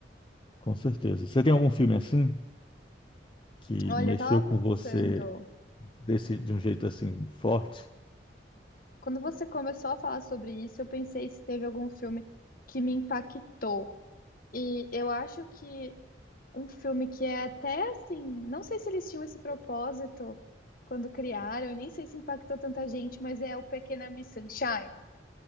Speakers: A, on the left (about 30°); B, on the left (about 50°).
A: com certeza. Você tem algum filme assim que
B: Olha,
A: mexeu
B: eu tava
A: com
B: pensando,
A: você desse, de um jeito assim forte?
B: quando você começou a falar sobre isso, eu pensei se teve algum filme que me impactou. E eu acho que um filme que é até assim, não sei se eles tinham esse propósito quando criaram, e nem sei se impactou tanta gente, mas é o Pequena Miss Sunshine.